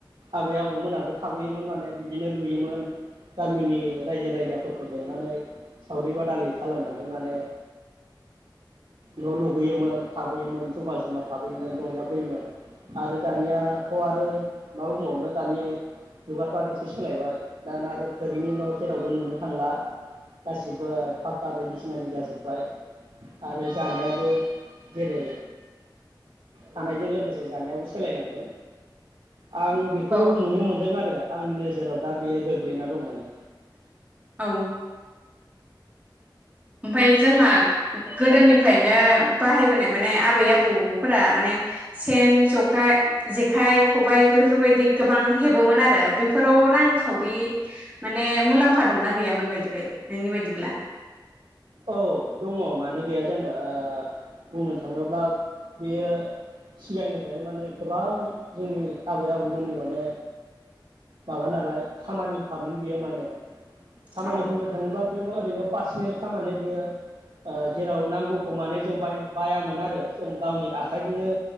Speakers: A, on the right; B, on the right.
A: आबै आबौमोनाबो थाबोयोमोन माने बिदिनो लुयोमोन गामिनि रायजो राजाफोरखौ लिंनानै सावरि बादालि खालामनानै माने न' लुबोयोमोन थाबोयोमोन जमा जमा थाबोयोमोन रंजाबोयोमोन आरो दानिया थ' आरो मा बुंबावनो दानि जुगाथ' आरो एसे सोलायबाय दाना आरो थोरिनि न' जेरावबो नुनो थांला गासिबो फाखक्का बायदिसिनानि जाजोब्बाय। आरो जानायाबो जेरै थानायजों लोगोसे जानायाबो सोलायलांदों। आं बेखौ
B: औ
A: नुनो मोनदों आरो। आंनि नोजोराव दा बेयो गोग्लैना दं माने।
B: औ ओमफाय जोंहा गोदोनिफ्रायनो बाहायबोनाय माने आबै आबौफोरा माने सेन जखाय जेखाइ खबायाइ बेफोरबायदि गोबां हेबोमोन आरो बेफोराव रांखावरि माने मुलाम्फा दंना गैयामोन बायदि बाय नोंनि बायदिब्ला?
A: औ दङ मानो गैया जानो ओ बुंनो थाङोब्ला बेयो सिगांनिफ्रायनो माने गोबां जोंनि आबै आबौमोननि माने माबा नालाय खामानिखामोन बियो माने खामानि
B: औ
A: बुंनो थाङोब्ला बे ओरैनो पार्सनेल <inaudible> थारमाने बियो ओ जेराव नांगौखौ माने जों बायनो बायामोन आरो जों गावनि आखाइजोंनो